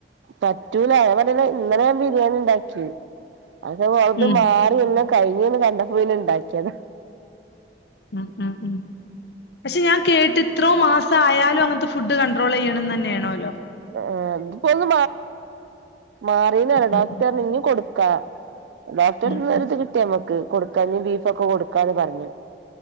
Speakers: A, on the right (about 80°); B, on the left (about 65°).
A: പറ്റൂല ഒവ <unintelligible> ഇന്നലാൻ ബിരിയാണിണ്ടാക് ഉം അത് വഅത്
B: ഉം
A: മാറിയെല്ലാം കഴിഞ്ഞീന്ന് കണ്ടപ്പോയിന് ണ്ടാക്കിയത
B: ഉം ഉം ഉം പക്ഷെ ഞാൻ കേട്ട് ഇത്രോ മാസ ആയാലു അങ്ങൻത്തെ ഫുഡ് കൺണ്ട്രോളെയ്യണംന്നന്നേണോലോ
A: ഇതൊക്കെ പ്പന്ന് മാറീൻ
B: ഉം
A: ഡോക്ടർ
B: ഉം
A: പറഞ്ഞു ഇനി കൊടുത്തോ ക്ക ഡോക്ട്രെ
B: ഉം
A: ത്ത്ന്ന്
B: ഉം ഉം
A: <unintelligible> കിട്ടിയമ്മക്ക് കൊടുക്കഞ് ബീഫൊക്കെ കൊടുക്കാന്ന് പറഞ്ഞ്